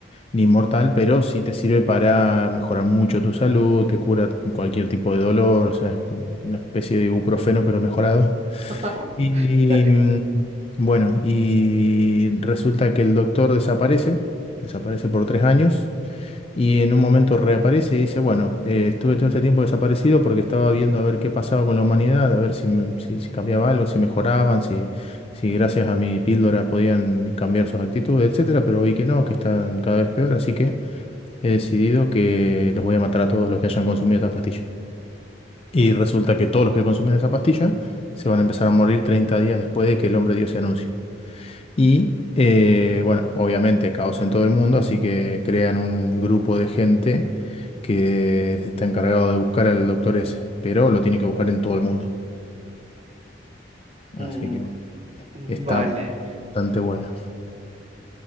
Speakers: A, on the left; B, on the right.
A: ni mortal, pero sí te sirve para mejorar mucho tu salud, te cura cualquier tipo de dolor, o sea, es como una especie de ibuprofeno pero mejorado.
B: <laughs>
A: Y
B: Dale.
A: mm, bueno, y resulta que el doctor desaparece, desaparece por tres años, y en un momento reaparece y dice, bueno, eh, estuve todo ese tiempo desaparecido porque estaba viendo a ver qué pasaba con la humanidad, a ver si, me- si, si cambiaba algo, si mejoraban, si, si gracias a mi píldora podían cambiar sus actitudes, etcétera, pero vi que no, que están cada vez peor, así que he decidido que los voy a matar a todos los que hayan consumido estas pastillas. Y resulta que todos los que consumen esa pastilla se van a empezar a morir 30 días después de que el hombre Dios se anuncie. Y eh, bueno, obviamente caos en todo el mundo, así que crean un grupo de gente que está encargado de buscar al doctor ese, pero lo tienen que buscar en todo el mundo. Así
B: Mm,
A: que bueno,
B: vale.
A: está bastante buena.